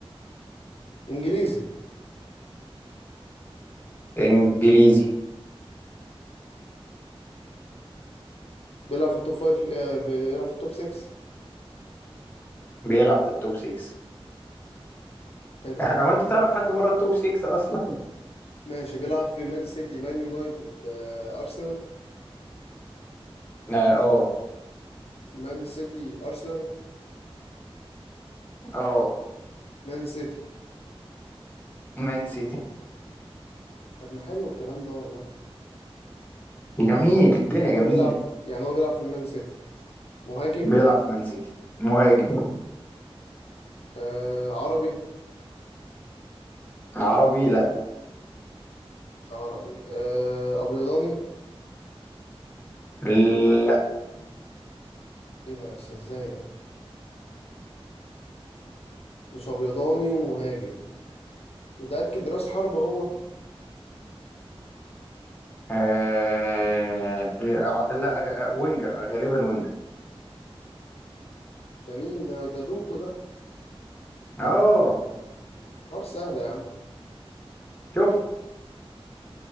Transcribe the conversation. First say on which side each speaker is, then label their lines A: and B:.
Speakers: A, on the left; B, on the left.
A: انجليزي
B: انجليزي
A: بيلعب في التوب فايف آه، بيلعب في التوب 6
B: بيلعب في التوب 6
A: حلو
B: <laughs> هو انت تعرف حد بره التوب 6 اصلا
A: ماشي بيلعب في مان سيتي مان يونايتد آه، ارسنال
B: اه اه
A: مان سيتي ارسنال
B: آه.
A: مان سيتي
B: مان سيتي
A: طب ما حلو الكلام ده والله
B: جميل الدنيا
A: يعني
B: جميلة
A: هو بيلعب في- يعني هو بيلعب في المان سيتي مهاجم
B: بيلعب في مان سيتي مهاجم
A: آه عربي
B: عربي لا
A: مش عربي آه ابيضاني
B: لا
A: ايه ده يا أستاذ؟ ازاي ده مش ابيضاني ومهاجم متأكد راس حربة هو
B: آه... لا غ- وينجر غالبا وينجر
A: ده مين ده ده دوكو ده
B: اه
A: حوار سهل يا عم
B: شفت